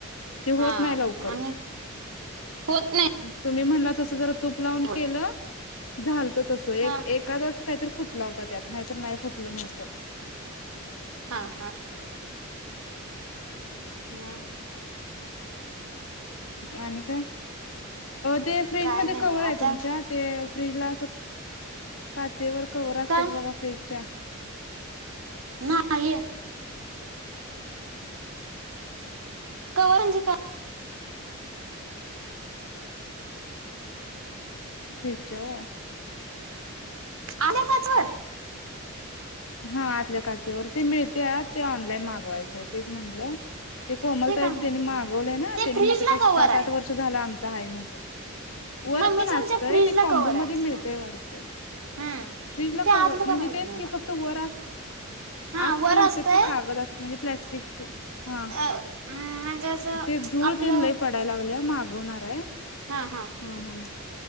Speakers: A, on the left; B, on the right.
A: ते होत
B: हा
A: नाही लवकर
B: आणि होत नाही
A: तुम्ही म्हणलात तसं जरा तूप लावून
B: होय
A: केलं झाल तस एक
B: हा
A: एखादाच काहीतर फुटला होता त्यात नाहीतर नाही फुटलं नव्हतं
B: हा हा म
A: आणि काय ते फ्रीज
B: काय
A: मध्ये
B: नाही
A: कवर
B: बघा
A: आहे
B: आता
A: तुमच्या ते फ्रीजला अस काचेवर कवर असत्यात
B: काय
A: बघा फ्रीजच्या
B: ना ये कवरांची काय
A: जावु
B: आले काचवर
A: हा आतल्या काचेवर ते मिळते ते ऑनलाईन मागवायचें तेच म्हणलं ते कोमलताहेब
B: काय माहित
A: त्यांनी
B: नाही
A: मागवलेय
B: मग
A: ना
B: ते
A: त्यानी
B: फ्रीज
A: म्हणलेत आता
B: ला
A: सात
B: कवर आहे
A: आठ वर्ष झाला आमच काय म्हणलेत वर
B: मम्मीच्या
A: पण असतय
B: आमच्या फ्रीज
A: ते
B: ला
A: कॉम्बो
B: कवर
A: मध्ये
B: आहे
A: मिळतय वाटतं
B: हम्म
A: फ्रीजला
B: ते
A: कवर
B: आतलं
A: म्हणजे
B: का माहित
A: तेच
B: नाही
A: की
B: बा
A: फक्त पर
B: हा
A: आत
B: वर
A: पण असत
B: असतय
A: ते कागद असत म्हणजे प्लास्टिकचं हा
B: अ म्हणजे असं
A: ते धूळ
B: आपलं
A: तेन लय पडायला लागल्या माग येणार आहे हम्
B: हा हा
A: हम्